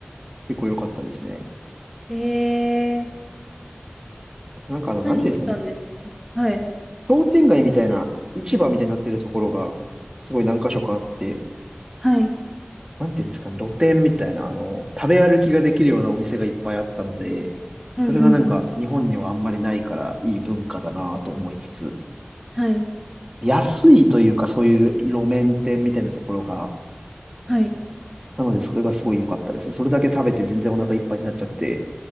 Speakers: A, on the right; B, in the centre.
A: 結構良かったですね。
B: えー、
A: あとなんかあの、なんていうんですかね。
B: 何したんですかはい。
A: 商店街みたいな、市場みたいになってるところが、すごい何箇所かあって、
B: はい。
A: なんていうんですかね、露店みたいな、あの、食べ歩きができるようなお店がいっぱいあったので、
B: うんうんうん。
A: それがなんか日本にはあんまりないからいい文化だなと思いつつ、
B: はい。
A: 安いというかそういう路面店みたいなところが、
B: はい。
A: なのでそれがすごい良かったですね。それだけ食べて全然お腹いっぱいになっちゃって、